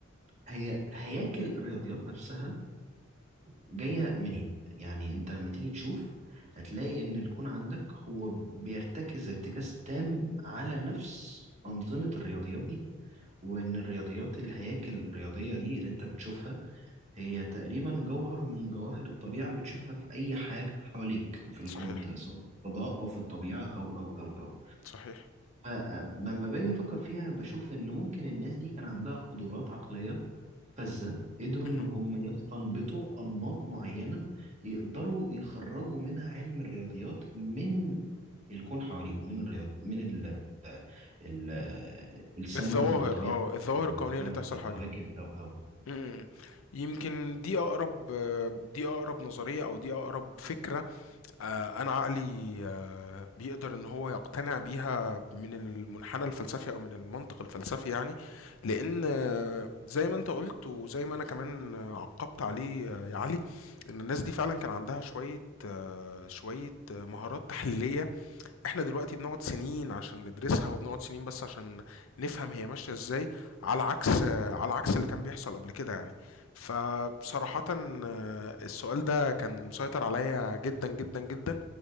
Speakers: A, on the right; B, on the left.
A: هي هياكل الرياضيات نفسها جاية منين يعني انت لما تيجي تشوف هتلاقي ان الكون عندك هو بيرتكز ارتكاز تام على نفس أنظمة الرياضيات دي وان الرياضيات الهياكل الرياضية دي اللي انت بتشوفها هي تقريبا جوهر من جواهر الطبيعة بتشوفها في اي حاجة حواليك في الكون
B: صحيح
A: ده، سواء في الفضاء او في الطبيعة او او او او
B: صحيح
A: فلما باجي افكر فيها بشوف ان ممكن الناس دي كان عندها قدرات عقلية فذة قدروا
B: مهم.
A: إن هم يستنبطوا أنماط معينة يقدروا يخرجوا منها علم الرياضيات من الكون حواليهم من الرياض من ال ال السماء
B: الظواهر
A: أو الطبيعة
B: اه
A: أو
B: الظواهر الكونية
A: الفلك
B: اللي بتحصل
A: أو الكواكب
B: حواليهم
A: أو أو
B: مم. يمكن دي اقرب دي اقرب نظريه او دي اقرب فكره آه، انا عقلي آه، بيقدر ان هو يقتنع بيها من المنحنى الفلسفي او من المنطق الفلسفي يعني لان آه، زي ما انت قلت وزي ما انا كمان عقبت عليه آه، يا علي ان الناس دي فعلا كان عندها شويه آه، شويه مهارات تحليليه احنا دلوقتي بنقعد سنين عشان ندرسها وبنقعد سنين بس عشان نفهم هي ماشية ازاي على عكس على عكس اللي كان بيحصل قبل كده يعني فبصراحة آه، السؤال ده كان مسيطر عليا جدا جدا جدا